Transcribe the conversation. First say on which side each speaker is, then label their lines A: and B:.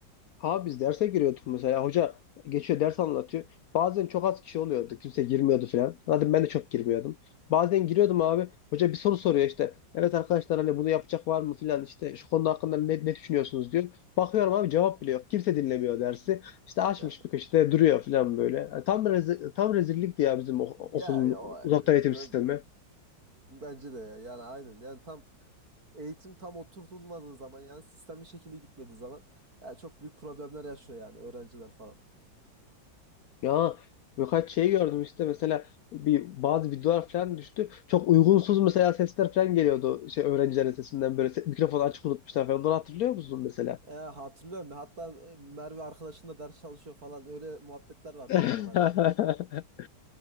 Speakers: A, on the left (about 70°); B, on the right (about 50°).
A: Ha biz derse giriyorduk mesela. Hoca geçiyor ders anlatıyor. Bazen çok az kişi oluyordu. Kimse girmiyordu falan. Zaten ben de çok girmiyordum. Bazen giriyordum
B: Hı hı.
A: abi. Hoca bir soru soruyor işte. Evet arkadaşlar hani bunu yapacak var mı falan işte şu konu hakkında ne, ne düşünüyorsunuz diyor. Bakıyorum abi cevap bile yok. Kimse dinlemiyor dersi. İşte açmış
B: Ya,
A: bir köşede duruyor falan böyle. Yani tam rezi- tam rezillikti ya bizim o- okulun
B: ya, ya o-
A: uzaktan eğitim
B: b-
A: sistemi.
B: bence de ya. Yani aynen. Yani tam eğitim tam oturtulmadığı zaman yani sistemli şekilde gitmediği zaman ya çok büyük problemler yaşıyor yani öğrenciler falan.
A: Ya birkaç şey gördüm işte mesela bir bazı videolar falan düştü. Çok uygunsuz mesela sesler falan geliyordu şey öğrencilerin sesinden böyle se- mikrofonu açık unutmuşlar falan. Onları hatırlıyor musun mesela?
B: Ya hatırlıyorum ya hatta e, Merve arkadaşınla ders çalışıyor falan öyle muhabbetler vardı
A: <laughs>
B: bir aralar yani.